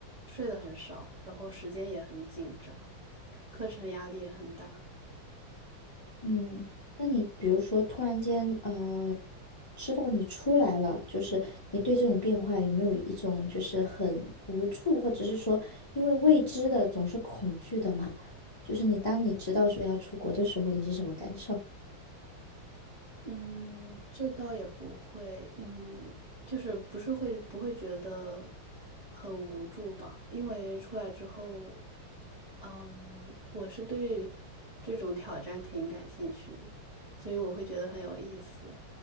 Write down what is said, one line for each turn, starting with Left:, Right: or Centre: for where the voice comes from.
Right: 睡得很少，然后时间也很紧张，课程压力也很大。
Left: 嗯，那你比如说突然间呃，知道你出来了，就是你对这种变化有没有一种就是很无助，或者是说因为未知的总是恐惧的嘛？就是你当你知道说要出国的时候，你是什么感受
Right: 嗯，这倒也不会，嗯，就是不是会不会觉得很无助吧？因为出来之后。嗯，我是对这种挑战挺感兴趣的，所以我会觉得很有意思。